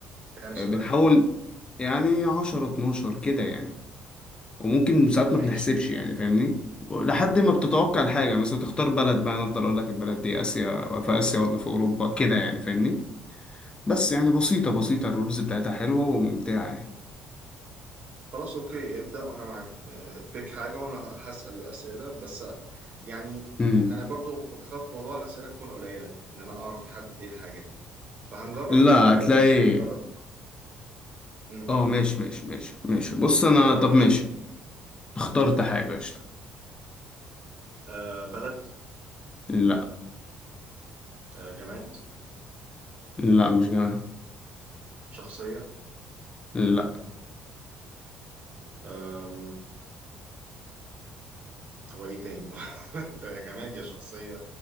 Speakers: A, on the right (about 50°); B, on the left (about 25°).
A: كام سؤال
B: آه، بنحاول يعني 10 12 كده يعني وممكن ساعات ما
A: ماشي
B: بنحسبش يعني فاهمني لحد ما بتتوقع الحاجة مثلا تختار بلد بقى أنا أفضل أقول لك البلد دي آسيا في آسيا ولا في أوروبا كده يعني فاهمني بس يعني بسيطة بسيطة الرولز بتاعتها حلوة وممتعة يعني
A: خلاص اوكي ابدأ وانا معاك آه، بيك حاجة وانا هسأل الأسئلة بس يعني
B: امم
A: انا برضو متخوف من موضوع الأسئلة تكون قليلة ان انا اعرف احدد ايه الحاجة دي فهنجرب
B: لا
A: في سؤال
B: هتلاقي
A: هنجرب مم.
B: اه ماشي ماشي ماشي ماشي بص أنا
A: نجرب
B: طب
A: ونشوف
B: ماشي
A: يعني
B: اخترت حاجة قشطة
A: آه بلد
B: لا
A: آه جماد
B: لا مش جمال
A: شخصية
B: لا
A: آم، هو ايه تاني <laughs> انت يا جماد يا شخصية